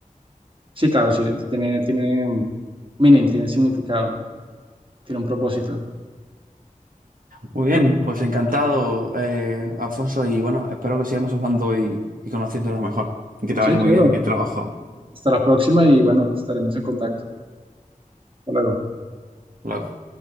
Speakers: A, on the right (about 35°); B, on the right (about 75°).
A: Sí, claro, sí, tiene, tiene meaning, tiene significado, tiene un propósito.
B: Muy bien,
A: Bueno,
B: pues encantado, eh, Alfonso, y bueno, espero que sigamos hablando y, y conociéndonos mejor. Y que te
A: sí,
B: vayas
A: claro,
B: muy bien en el trabajo.
A: hasta la próxima y bueno, estaremos en contacto. Hasta luego.
B: Luego.